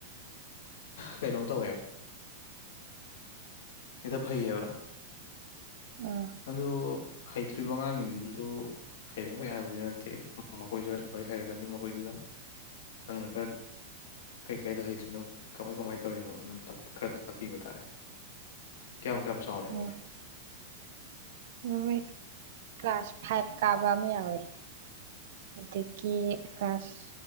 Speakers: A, on the left; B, on the right.
A: ꯀꯩꯅꯣ ꯇꯧꯋꯦꯕ ꯏꯗ ꯐꯩꯌꯦꯕ
B: ꯑꯥ
A: ꯑꯗꯨ ꯍꯩꯇ꯭ꯔꯤꯕ ꯑꯉꯥꯡꯖꯤꯡꯗꯨꯖꯨ ꯍꯩꯔꯛꯑꯣꯏ ꯍꯥꯏꯕꯗꯤ ꯅꯠꯇꯦ ꯃꯈꯣꯏꯖꯨ ꯂꯣꯏ ꯍꯩꯔꯛꯀꯅꯤ ꯃꯈꯣꯏꯖꯨ ꯅ ꯅꯪꯅ ꯈꯔ ꯀꯩꯀꯩꯗ ꯍꯩꯇ꯭ꯔꯤꯅꯣ ꯀꯃꯥꯏ ꯀꯃꯥꯏ ꯇꯧꯔꯤꯅꯣꯅ ꯇ ꯈꯔ ꯇꯥꯛꯄꯤꯕ ꯇꯥꯔꯦ꯫ ꯀꯌꯥꯝ ꯀꯌꯥꯝ ꯆꯥꯎꯔꯦ ꯃꯣꯏꯗꯤ
B: ꯑꯣ ꯃꯣꯏ ꯀ꯭ꯂꯥꯁ ꯐꯥꯏꯚ ꯀꯥꯕ ꯑꯃ ꯌꯥꯎꯋꯦ ꯑꯗꯒꯤ ꯀ꯭ꯂꯥꯁ